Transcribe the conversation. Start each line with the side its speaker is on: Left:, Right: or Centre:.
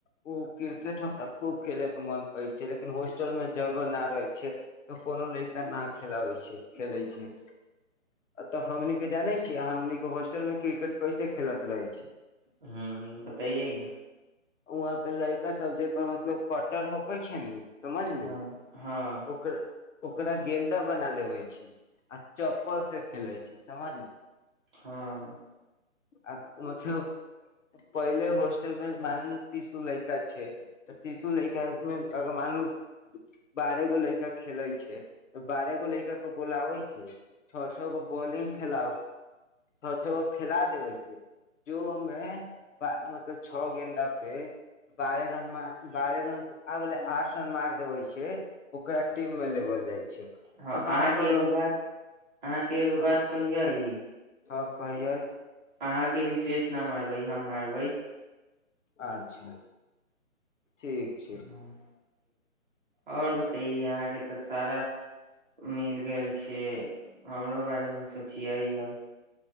Left: ओ क्रिकेट हमरा खूब खेलैके मोन कहै छै लेकिन हॉस्टल मे जगह नहि रहै छै तऽ कोनो लड़का नहि खेलाबै छै खेलै छै तऽ हमनी के जानै छियै हमनी हॉस्टल मे क्रिकेट कैसे खेलैत रहै छै
Right: हुँ बताइए
Left: हुंआ पर लइका सब्जे पर मतलब पटन रोकै छै ने समझली
Right: हँ हँ
Left: ओकर ओकरा गेन्दा बना लेबै छी आ चप्पल से खेलैत छी समझली
Right: हँ
Left: आ मतलब पहिले होस्टल मे मान तीसो लड़का छै त तीसो लैका मे अगर मानलू बारह गो लैका खेले छै त बारह गो लैका के बोलाबे छै छ छ गो बॉलिंग फला छओ छ गो खेला देबे छै जो मे मतलब छओ गेन्द तबे बारह रन बारह रन आब गेले आठ रन मार देबै छै ओकरा टीममे लेबल जाइ छै
Right: हँ
Left: तऽ
Right: अहाँके
Left: हमरो
Right: एगो
Left: रह
Right: बात अहाँके एगो बात
Left: हँ
Right: कहियै
Left: हँ कहियै
Right: अहाँके रिफ्रेश नाम आब इ हम मारबै
Left: आच्छा ठीक छै
Right: हँ। आओर बताइए यहाँके तऽ सारा मिल गेल छी ये हमरो बारेमे सोचियै यब